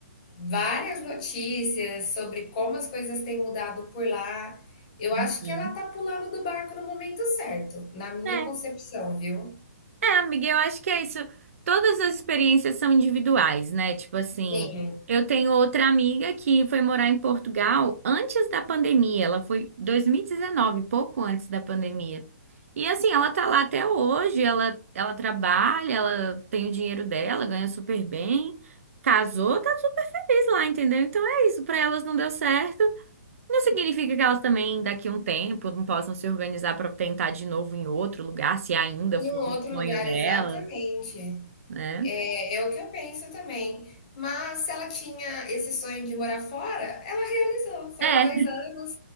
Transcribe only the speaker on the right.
Hum.
É,
é, amiga, eu acho que é isso. Todas as experiências são individuais, né? Tipo assim,
eu tenho outra amiga que foi morar em Portugal antes da pandemia. Ela foi 2019, pouco antes da pandemia. E assim, ela tá lá até hoje, ela, ela trabalha, ela tem o dinheiro dela, ganha super bem, casou, tá super feliz lá, entendeu? Então é isso, pra elas não deu certo. Não significa que elas também, daqui a um tempo, não possam se organizar para tentar de novo em outro lugar, se ainda
for
o sonho
delas,
né?
É,